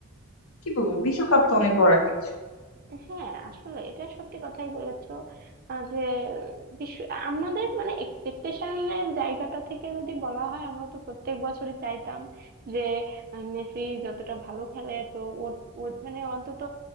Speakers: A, on the left; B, on the right.
A: কি বলবো বিশ্বকাপ তো অনেক বড় একটা কিছু
B: হ্যাঁ আসলে এটা সত্যি কথাই বলেছো আহ, যে বিশ্ব আমাদের মানে এক্সপেকটেশনের জায়গাটা থেকে যদি বলা হয় আমরা তো প্রত্যেক বছরই চাইতাম যে আহ, মেসি যতটা ভালো খেলে তো ওর ওর- মানে অন্তত